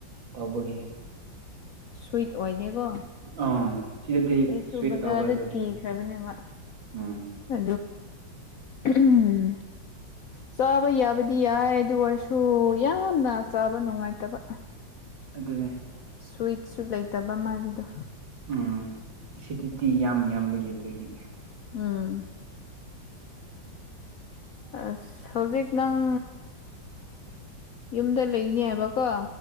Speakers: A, on the right; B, on the left.
A: ꯇꯧꯕꯒꯤꯦ
B: ꯁ꯭ꯋꯠ ꯑꯣꯏ ꯀꯣ
A: ꯑꯥ ꯁꯤꯗꯗꯤ
B: ꯑꯩꯁꯨ
A: ꯁ꯭ꯋꯤꯠ
B: ꯕꯖꯥꯔꯗ
A: ꯇꯧꯕ ꯑꯗꯨꯒꯤ
B: ꯊꯤꯈ꯭ꯔꯕꯅꯦꯕ
A: ꯎꯝ
B: ꯑ ꯎꯝ ꯆꯥꯕ ꯌꯥꯕꯗꯤ ꯌꯥꯏ ꯑꯗꯨ ꯑꯣꯏꯔꯁꯨ ꯌꯥꯝꯅ ꯆꯥꯕ ꯅꯨꯡꯉꯥꯏꯇꯕ
A: ꯑꯗꯨꯅꯦ
B: ꯁ꯭ꯋꯤꯠꯁꯨ ꯂꯩꯇꯕ ꯃꯥꯜꯂꯤꯗꯣ
A: ꯎꯝ ꯁꯤꯗꯗꯤ ꯌꯥꯝ ꯌꯥꯝꯕꯒꯤ ꯑꯗꯨꯒꯤ
B: ꯎꯝ ꯑꯁ ꯍꯧꯖꯤꯛ ꯅꯪ ꯌꯨꯝꯗ ꯂꯩꯅꯦꯕꯀꯣ